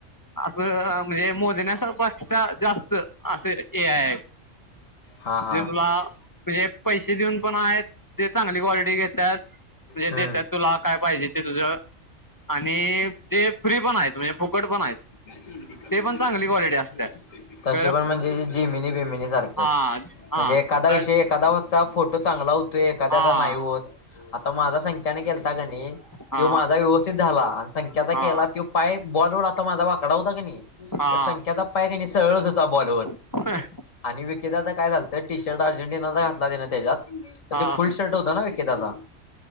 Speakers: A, on the left; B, on the left.
A: अस म्हणजे मोजण्यास पेक्ष जास्त असे हे ए आय आहे.
B: हा हा
A: जे तुला म्हणजे पैसे देऊन पण आहेत ते चांगली क्वालिटी घेतात. म्हणजे
B: हम्म
A: देतात तुला काय पाहिजे ते तुझं. आणि जे फ्री पण आहेत म्हणजे फुकट पण आहेत.
B: <unintelligible>
A: ते पण चांगली क्वालिटी असते
B: कशी
A: तर
B: पण म्हणजे जिमिनी बिमिनी सारखं,
A: हा हा
B: म्हणजे एखादा
A: तर
B: विषय एखादा होत चा फोटो चांगला होतोय, एखाद्याचा
A: हा
B: नाही होत. आता माझा संख्यांन केलता ता कणी
A: हा
B: त्यो माझा व्यवस्थित झाला. आणि संख्याचा
A: हा
B: केला तो पाय बॉल माझा वाकडा होता कणी,
A: हा
B: त्या संख्याचा पाय कणी सरळच होता बॉलवर.
A: <unintelligible>
B: आणि विकी दाच काय झालतं, टी शर्ट अर्जेंटिनाचा घातला तेन त्याच्यात. तर
A: हा
B: ते फुल शर्ट होत ना विकीदाचा.